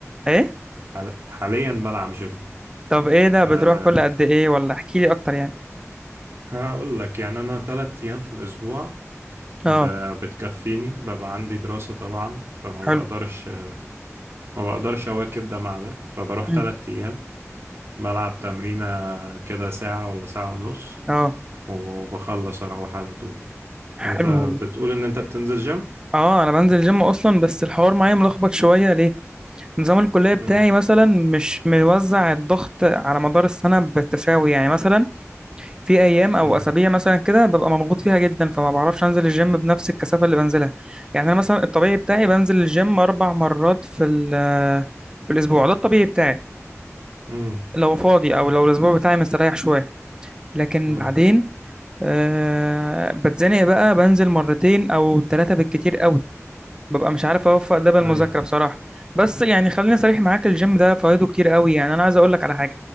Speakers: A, on the right; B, on the right.
A: ايه
B: حال- حاليا بلعب جيم
A: طب ايه ده
B: أه
A: بتروح كل قد ايه ولا احكي لي اكتر يعني
B: هقول لك يعني أنا تلات أيام في الأسبوع
A: اه
B: ب- بتكفيني ببقى عندي دراسة طبعا فما
A: حلو
B: بقدرش ما بقدرش أواكب ده مع ده فبروح
A: مم.
B: تلات أيام بلعب تمرينة كده ساعة ولا ساعة ونص
A: اه
B: وبخلص أروح على طول أنت
A: حلو
B: بتقول إن أنت بتنزل جيم؟
A: اه انا بنزل جيم اصلا بس الحوار معايا ملخبط شويه ليه نظام الكليه بتاعي
B: مم.
A: مثلا مش موزع الضغط على مدار السنه بالتساوي يعني مثلا في ايام او
B: مم.
A: اسابيع مثلا كده ببقى مضغوط فيها جدا فما بعرفش انزل الجيم بنفس الكثافه اللي بنزلها يعني انا مثلا الطبيعي بتاعي بنزل الجيم اربع مرات في ال- في الاسبوع ده الطبيعي بتاعي
B: مم.
A: لو فاضي او لو الاسبوع بتاعي مستريح شويه لكن
B: مم.
A: بعدين آه بتزنق بقى بنزل مرتين او ثلاثة بالكتير قوي ببقى مش عارف اوفق ده بالمذاكرة
B: أي
A: بصراحة بس يعني خليني صريح معاك الجيم ده فوائده كتير قوي يعني انا عايز اقول لك على حاجة